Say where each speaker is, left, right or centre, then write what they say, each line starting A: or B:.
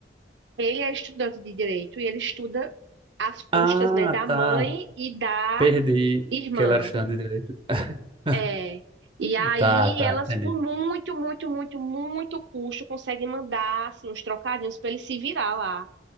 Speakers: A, on the right; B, on the right.
A: ele é estudante de direito e ele estuda às custas,
B: Ah,
A: né, da mãe
B: tá.
A: e da
B: Perdi
A: irmã.
B: que ela era estudante de direito. <laughs>
A: É. E aí
B: Tá, tá,
A: elas
B: entendi.
A: com muito, muito, muito, muito custo conseguem mandar assim, uns trocadinhos para ele se virar lá.